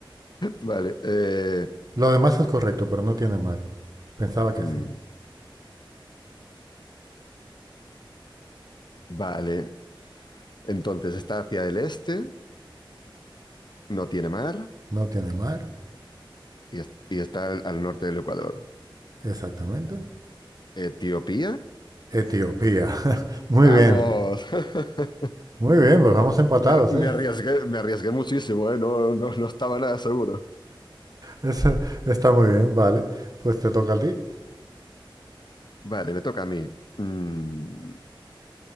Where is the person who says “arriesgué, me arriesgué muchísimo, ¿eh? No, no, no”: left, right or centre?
Left